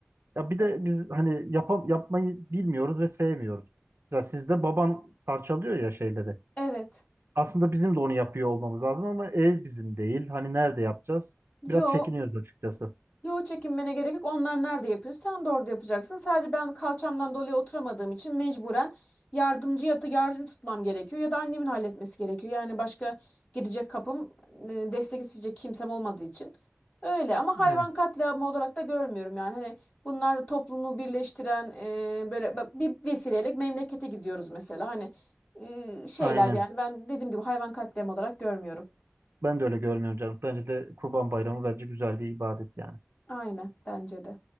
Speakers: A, on the right; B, on the left.
A: Ya bir de
B: E-
A: biz hani yapam yapmayı bilmiyoruz ve sevmiyoruz. Ya sizde baban parçalıyor ya şeyleri.
B: Evet.
A: Aslında bizim de onu yapıyor olmamız lazım ama ev bizim değil. Hani nerede yapacağız?
B: Yo
A: Biraz çekiniyoruz açıkçası.
B: Yo çekinmene gerek yok. Onlar nerede yapıyor? Sen de orada yapacaksın. Sadece ben kalçamdan dolayı oturamadığım için mecburen yardımcı ya da yardım tutmam gerekiyor ya da annemin halletmesi gerekiyor. Yani başka gidecek kapım, e, destek isteyecek kimsem olmadığı için. Öyle ama hayvan
A: Evet,
B: katliamı olarak da görmüyorum yani. Hani bunlar toplumu birleştiren e, böyle bak bir vesileyle memlekete gidiyoruz mesela. Hani e, şeyler
A: aynen.
B: yani ben dediğim gibi hayvan katliamı olarak görmüyorum.
A: Ben de öyle görmüyorum canım. Bence de Kurban Bayramı bence güzel bir ibadet yani.
B: Aynen bence de.